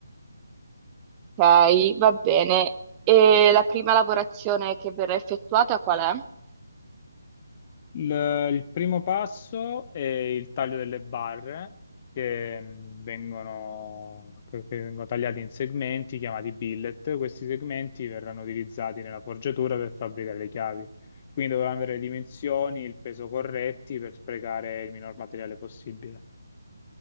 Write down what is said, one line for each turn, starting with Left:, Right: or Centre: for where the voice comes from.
Right: Ok, va bene. E la prima lavorazione che verrà effettuata qual è?
Left: Il, il primo passo è il taglio delle barre che mh, vengono, che- che vengono tagliate in segmenti chiamati billet. Questi segmenti verranno utilizzati nella forgiatura per fabbricare le chiavi. Quindi dovranno avere le dimensioni, il peso corretti per sprecare il minor materiale possibile.